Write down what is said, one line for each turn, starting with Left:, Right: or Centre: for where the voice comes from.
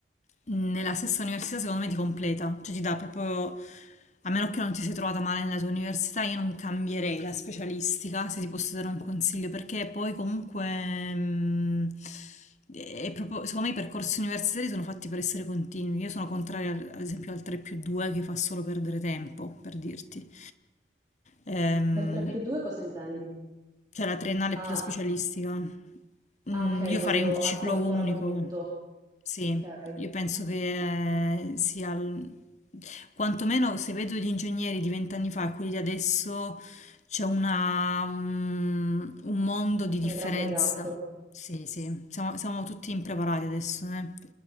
Left: nella stessa università secondo me ti completa, cioè ti dà proprio, a meno che non ti sei trovata male nella tua università, io non cambierei la specialistica, se ti posso dare un consiglio, perché poi comunque, mm, è proprio, secondo me i percorsi universitari sono fatti per essere continui, io sono contraria al- ad esempio al 3 più 2 che fa solo perdere tempo, per dirti. Ehm,
Right: Per 3 più 2 cosa intendi?
Left: cioè la triennale
Right: Ah,
Left: è più la specialistica.
Right: ah,
Left: Mm,
Right: ok,
Left: io
Right: quando
Left: farei un ciclo
Right: accorporano
Left: unico.
Right: tutto.
Left: Sì,
Right: Ok, c'è
Left: io penso che eh, sia... il- Quantomeno se vedo gli ingegneri di vent'anni fa e quelli di adesso c'è una, un, un mondo di differenza.
Right: un grande gap.
Left: Sì, sì, siamo, siamo tutti impreparati adesso. eh.